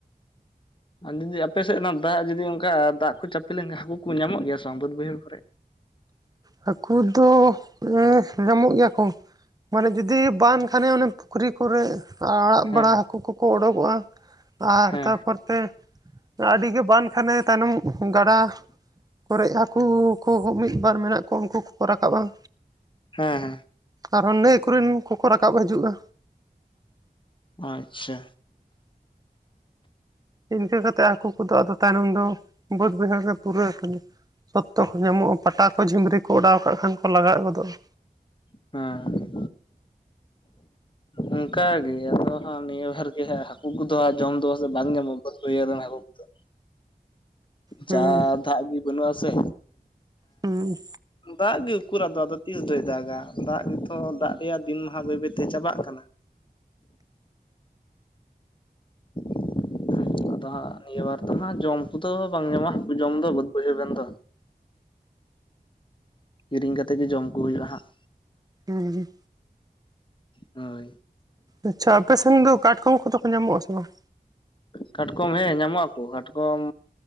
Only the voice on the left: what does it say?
ᱟᱨ ᱡᱩᱫᱤ ᱟᱯᱮ ᱥᱮᱫ ᱚᱱᱟ ᱫᱟᱜ ᱡᱩᱫᱤ ᱚᱱᱠᱟ ᱫᱟᱜ ᱠᱚ ᱪᱟᱯᱮ ᱞᱮᱱᱠᱷᱟᱱ ᱦᱟᱹᱠᱩ ᱠᱚ ᱧᱟᱢᱚᱜ ᱜᱮᱭᱟ ᱥᱮ ᱵᱟᱝ ᱵᱟᱹᱫ ᱵᱟᱹᱭᱦᱟᱹᱲ ᱠᱚᱨᱮ?
ᱦᱮᱸ
ᱦᱮᱸ
ᱦᱮᱸ ᱦᱮᱸ
ᱟᱪᱪᱷᱟ
ᱦᱮᱸ ᱚᱱᱠᱟ ᱜᱮ ᱟᱫᱚ ᱦᱟᱸᱜ ᱱᱤᱭᱟᱹ ᱵᱟᱨ ᱜᱮ ᱦᱟᱜ ᱦᱟᱹᱠᱩ ᱠᱚᱫᱚ ᱡᱚᱢ ᱫᱚ ᱥᱮ ᱵᱟᱝ ᱧᱟᱢᱚᱜᱼᱟ ᱵᱟᱹᱭᱦᱟᱹᱲ ᱨᱮᱱ ᱦᱟᱹᱠᱩ ᱠᱚᱫᱚ
ᱡᱟ ᱫᱟᱜ ᱜᱮ ᱵᱟᱹᱱᱩᱜ ᱟᱥᱮ
ᱫᱟᱜ ᱜᱮ ᱩᱠᱩᱨ ᱟᱫᱚ ᱟᱫᱚ ᱛᱤᱥ ᱫᱚᱭ ᱫᱟᱜᱟ ᱫᱟᱜ ᱜᱮᱛᱚ ᱫᱟᱜ ᱨᱮᱭᱟᱜ ᱫᱤᱱ ᱢᱟ ᱦᱟᱜ ᱵᱟᱹᱭ ᱵᱟᱹᱭ ᱛᱮ ᱪᱟᱵᱟᱜ ᱠᱟᱱᱟ᱾ <inaudible> ᱟᱫᱚ ᱦᱟᱸᱜ ᱱᱤᱭᱟᱹ ᱵᱟᱨ ᱫᱚ ᱦᱟᱸᱜ ᱡᱚᱢ ᱠᱚ ᱫᱚ ᱵᱟᱝ ᱧᱟᱢᱚᱜ-ᱟ ᱦᱟᱹᱠᱩ ᱡᱚᱢ ᱫᱚ ᱵᱟᱹᱫᱽ ᱵᱟᱹᱭᱦᱟᱹᱲ ᱨᱮᱱ ᱫᱚ ᱠᱤᱨᱤᱧ ᱠᱟᱛᱮ ᱜᱮ ᱡᱚᱢ ᱠᱚ ᱦᱩᱭᱩᱜᱼᱟ ᱦᱟᱸᱜ᱾
ᱦᱳᱭ
ᱠᱟᱴᱠᱚᱢ ᱦᱮᱸ ᱧᱟᱢᱚᱜ ᱟᱠᱚ ᱠᱟᱴᱠᱚᱢ